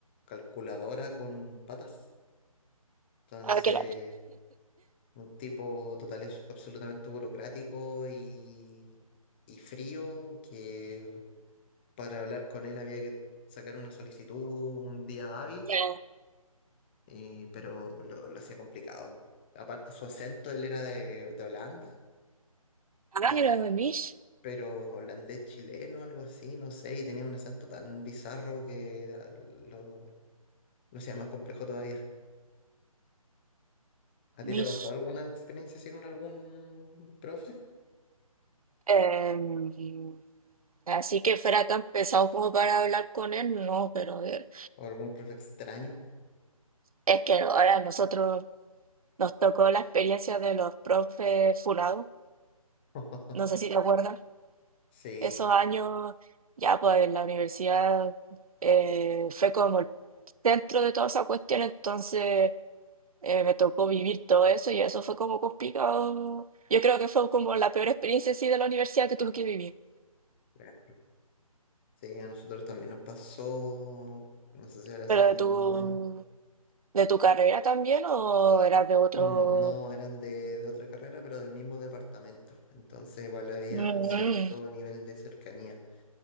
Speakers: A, on the left; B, on the right.
A: calculadora con patas. Entonces,
B: Ah, qué lata.
A: un tipo total, es- absolutamente burocrático y, y frío, que para hablar con él había que sacar una solicitud un día hábil,
B: Ya.
A: y- pero lo, lo hacía complicado. Aparte, su acento, él era de, de Holanda, y,
B: Ah, era de Mish.
A: pero holandés chileno, algo así, no sé, y tenía un acento tan bizarro que ah, lo, lo hacía más complejo todavía. ¿A
B: Mish,
A: ti te pasó alguna experiencia así con algún profe?
B: em, así que fuera tan pesado como para hablar con él, no, pero eh,
A: ¿O algún profe extraño?
B: es que ahora nosotros nos tocó la experiencia de los profes funados,
A: <laughs>
B: no sé si te acuerdas,
A: Sí,
B: esos años ya pues en la universidad eh, fue como el centro de toda esa cuestión, entonces eh, me tocó vivir todo eso y eso fue como complicado. Yo creo que fue como la peor experiencia sí de la universidad que tuve que vivir,
A: claro. Sí, a nosotros también nos pasó, no sé si habrá
B: pero
A: sido el mismo
B: tú...
A: año.
B: ¿De tu carrera también o eras de otro?
A: Mm, No, eran de, de otra carrera, pero del mismo departamento. Entonces igual había
B: Mm,
A: un cierto nivel de cercanía.